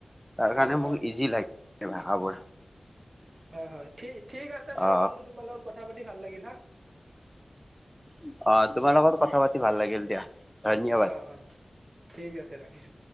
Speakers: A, in the centre; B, on the right.
A: তাৰ
B: হয়
A: কাৰণে
B: হয়
A: মোক ইজি লাগে ভাষাবোৰ।
B: হয় হয় ঠিক আছে বাৰু
A: অ
B: বন্ধু তোমাৰ লগত কথা পাতি ভাল লাগিল হা।
A: অ তোমাৰ লগত কথা পাতি ভাল লাগিল দিয়া। ধন্যবাদ
B: অ অ ঠিক আছে ৰাখিছো।